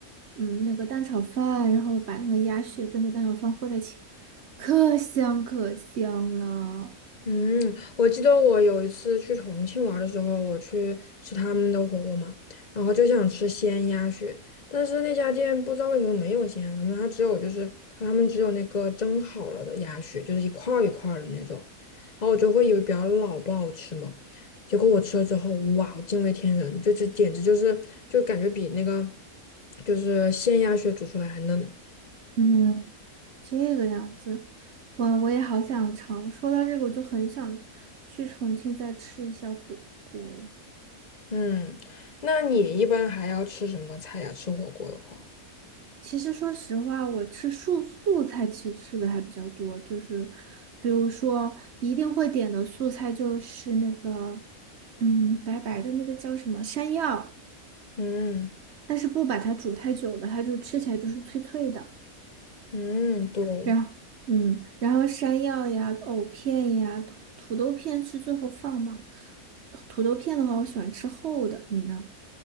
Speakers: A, on the right (about 60°); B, on the left (about 40°).
A: 嗯，那个蛋炒饭，然后把那个鸭血跟着蛋炒饭和在一起，可香可香了。
B: 嗯，我记得我有一次去重庆玩儿的时候，我去吃他们的火锅嘛，然后就想吃鲜鸭血，但是那家店不知道为什么没有鲜鸭血，他它只有就是他们只有那个蒸好了的鸭血，就是一块儿一块儿的那种，然后我就会以为比较老不好吃嘛，结果我吃了之后，哇，我惊为天人，就这简直就是就感觉比那个就是鲜鸭血煮出来还嫩。
A: 嗯，这个样子，哇，我也好想尝。说到这个，我就很想去重庆再吃一下火锅。
B: 嗯，那你一般还要吃什么菜呀？吃火锅的话，
A: 其实说实话，我吃素素菜其实吃的还比较多，就是比如说一定会点的素菜就是那个，嗯，白白的那个叫什么山药。
B: 嗯。
A: 但是不把它煮太久的，它就吃起来就是脆脆的。
B: 嗯，对，
A: 然后，嗯，然后山药呀、藕片呀、土土豆片是最后放吗？土豆片的话，我喜欢吃厚的，你呢？